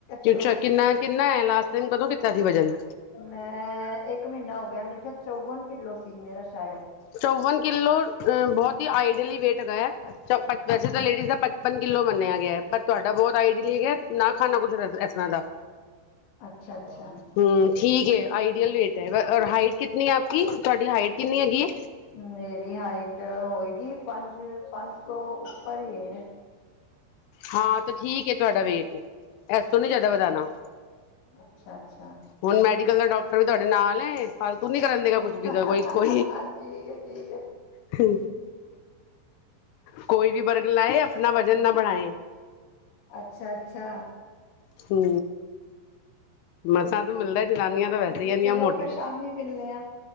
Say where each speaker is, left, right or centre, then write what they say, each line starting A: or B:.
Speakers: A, on the left; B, on the left.
A: ਚਲੋ
B: ਅੱਛਾ, ਕਿੰਨਾ ਏ, ਕਿੰਨਾ ਹੈਂ ਲਾਸਟ ਟਾਇਮ, ਕਦੋਂ ਕੀਤਾ ਸੀ ਵਜ਼ਨ।
A: ਮੈਂ, ਇੱਕ ਮਹੀਨਾਂ ਹੋ ਗਿਆ, ਮੇਰੇ ਖ਼ਿਆਲ ਚੌਵਨ ਕਿੱਲੋ ਸੀ ਮੇਰਾ ਸ਼ਾਇਦ।
B: ਚੌਵਨ ਕਿੱਲੋ ਅ ਬਹੁਤ ਹੀ ਆਈਡਲੀ ਵੇਟ ਹੈਗਾ ਐ। ਵੈਸੇ ਤਾਂ ਲੇਡੀਜ਼ ਦਾ। ਪਚਪਨ ਕਿੱਲੋ ਮੰਨਿਆ ਗਿਐ, ਪਰ ਤੁਹਾਡਾ ਬਹੁਤ ਆਈਡਲੀ ਹੈਗਾ, ਨਾ ਖਾਣਾ ਕੁੱਛ ਇਸ ਤਰ੍ਹਾਂ ਦਾ।
A: ਅੱਛਾ, ਅੱਛਾ।
B: ਹੂੰ, ਠੀਕ ਹੈ, ਆਈਡਅਲ ਵੇਟ ਹੈ, ਹਾਈਟ ਕਿਤਨੀ ਹੈ ਆਪ ਕੀ। ਤੁਹਾਡੀ ਹਾਈਟ ਕਿੰਨੀ ਹੈਗੀ ਏ।
A: ਮੇਰੀ ਹਾਈਟ ਹੋਏਗੀ ਪੰਜ, ਪੰਜ ਤੋਂ ਉੱਪਰ ਹੀ ਏ।
B: ਹਾਂ, ਤੇ ਠੀਕ ਹੈ ਤੁਹਾਡਾ ਵੇਟ, ਏਸ ਤੋਂ ਨੀ ਜ਼ਿਆਦਾ ਵਧਾਣਾ।
A: ਅੱਛਾ ਅੱਛਾ
B: ਹੁਣ ਮੈਡੀਕਲ ਦਾ ਡੋਕ। ਤੁਆਡੇ ਨਾਲ ਨੇ, ਫਾਲਤੂ ਨੀ ਕਰਨ ਦੇ ਗਾ
A: ਠੀਕ
B: ਕੁਜ ਵੀ ਤੇ ਕੋਈ- ਕੋ।
A: ਹੈ ਠੀਕ ਹੈ
B: ਹ, ਕੋਈ ਵੀ ਬਰਗਲਾਏ, ਆਪਣਾ ਵਜ਼ਨ ਨਾ ਬੜਾਈ।
A: ਅੱਛਾ, ਅੱਛਾ।
B: ਹੁ। ਮਸਾਂ ਤ ਮਿਲਦਾ ਜਨਾਨੀਆਂ ਤਾਂ
A: ਹਾਂਜੀ
B: ਵੈਸੇ ਈ ਏਨੀਆਂ
A: ਚਲੋ
B: ਮੋਟੀਆ।
A: ਫਿਰ ਸ਼ਾਮੀ ਮਿਲਣੇ ਆ